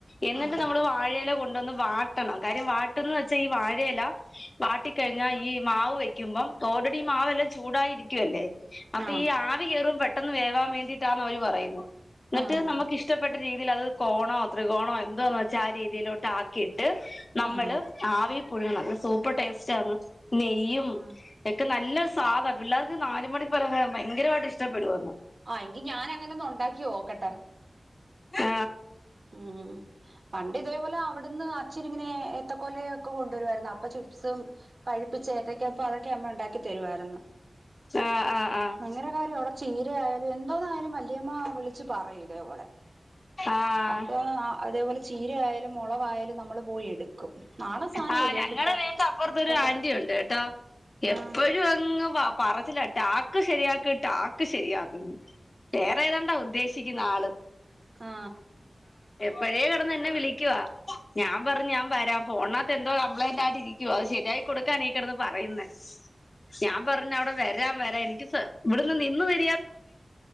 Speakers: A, on the left; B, on the right.
A: എന്നിട്ട്
B: ആഹ്
A: നമ്മള് വാഴയില കൊണ്ടുവന്ന് വാട്ടണം, കാര്യം വാട്ടന്ന് വച്ചാ ഈ വാഴയില. വാട്ടിക്കഴിഞ്ഞാ ഈ മാവ് വെക്കുമ്പം ഓൾറെഡി ഈ മാവെല്ലാം ചൂടായിരിക്കുവല്ലേ.? അപ്പൊ
B: ആഹ് ആഹ് ആഹ് ആഹ്
A: ഈ ആവി കേറും പെട്ടെന്ന് വേവാൻ വേണ്ടിട്ടാന്ന് അവര് പറയുന്നു. എന്നിട്ട്
B: ആഹ്
A: നമുക്ക് ഇഷ്ടപ്പെ രീതിയിൽ അത് കോണോ, ത്രികോണോ എന്തോന്ന് വച്ചാ ആ രീതിയിലോട്ട് ആക്കി. ട്ട് നമ്മള്
B: ആഹ് ആഹ്
A: ആവി പുഴുങ്ങണം. സൂപ്പർ ടേസ്റ്റ് ആന്ന്. നെയ്യും
B: ആഹ്
A: എക്കെ നല്ലൊ സ്വാദ, പിള്ളേർക്ക് നാലുമണി പലഹാരം ഭയങ്കരമായിട്ട് ഇഷ്ടപ്പെടുവന്ന്.
B: ആ എങ്കി ഞാനങ്ങന ഒന്ന് ഉണ്ടാക്കി നോക്കട്ടെ.
A: ആ
B: ഉം. പണ്ട് ഇതേപോലെ അവിടുന്ന് അച്ഛൻ ഇങ്ങനെ ഏത്തക്കൊലെ. യൊ ഒക്കെ കൊണ്ടു വരുവാരുന്നു. അപ്പൊ ചിപ്സും പഴിപ്പിച്ച ഏതക്ക, പ്പോ അതൊക്കെ അമ്മ ഉണ്ടാക്കി തരുവാ രുന്നു.
A: ആഹ് ആഹ് ആഹ്
B: ഭയങ്കര കാര്യം അവിടെ ചെയ്യ. ആയാലും എന്തോന്നായാലും വല്യാമ്മ വിളിച്ച് പറയും ഇതേപോലെ
A: ആഹ്
B: അപ്പൊ അതേപോലെ ചീര ആയാലും, മുളവായാലും നമ്മൾ പോയി എടുക്കും. നാടൻ സാധനമല്ലേ
A: ആ ഞങ്ങടെ
B: കിട്ട
A: വീട് ന്റെ അപ്പുറത്
B: അപ്പൊ
A: ഒരു ആന്റിയുണ്ട് കേട്ടാ,
B: ആഹ്
A: എപ്പഴും അങ്ങ് പ പറ. ല ടാക്ക് ശരിയാക് ടാക്ക് ശരിയാക് ന്ന്‌ വേറെ ഏതാണ്ടാ ഉദ്ദേശിക്കുന്ന് ആള്.
B: ആ.
A: പഴേ കിടന്ന് എന്നെ വിളിക്കുവ, ഞാൻ പറഞ് ഞാൻ വരാം. ഫോണ്നകത്ത് എന്തോ കംപ്ലയിന്റ് ആയിട്ട് ഇരിക്കുവാ. അത് ശരിയായി കൊടുക്കാൻഈ കിടന്ന് പറയുന്ന, ഞാൻ പറഞ്ഞ അവിടെ വരാൻ വരാ എനിക്ക് സ. ഇവിടുന്ന് നിന്ന്വെ.